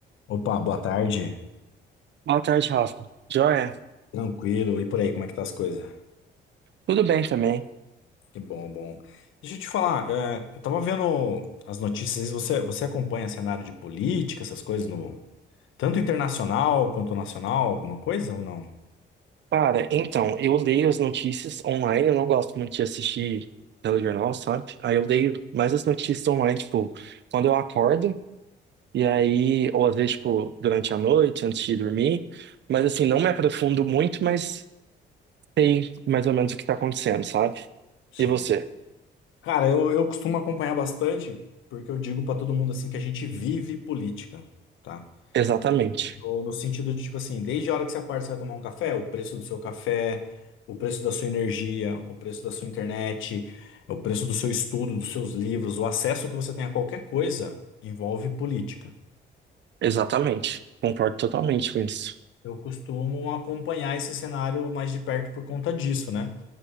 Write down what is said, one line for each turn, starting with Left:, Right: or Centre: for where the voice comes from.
Left: Opa, boa tarde.
Right: Boa tarde, Rafa. Joia?
Left: Tranquilo. E por aí, como é que tá as coisas?
Right: Tudo bem também.
Left: Que bom, bom. Deixa eu te falar, é, eu tava vendo as notícias, você, você acompanha cenário de política, essas coisas no tanto internacional quanto nacional, alguma coisa ou não?
Right: Cara, então, eu leio as notícias online, eu não gosto muito de assistir telejornal, sabe? Aí eu leio mais as notícias online, tipo, quando eu acordo, e aí, ou às vezes, tipo, durante a noite, antes de dormir. Mas assim, não me aprofundo muito, mas sei mais ou menos o que tá acontecendo, sabe?
Left: Sim.
Right: E você?
Left: Cara, eu, eu costumo acompanhar bastante, porque eu digo pra todo mundo assim que a gente vive política, tá?
Right: Exatamente.
Left: No, no sentido de, tipo assim, desde a hora que você acorda, você vai tomar um café, o preço do seu café, o preço da sua energia, o preço da sua internet, o preço do seu estudo, dos seus livros, o acesso que você tem a qualquer coisa envolve política.
Right: Exatamente. Concordo totalmente com isso.
Left: Eu costumo acompanhar esse cenário mais de perto por conta disso, né?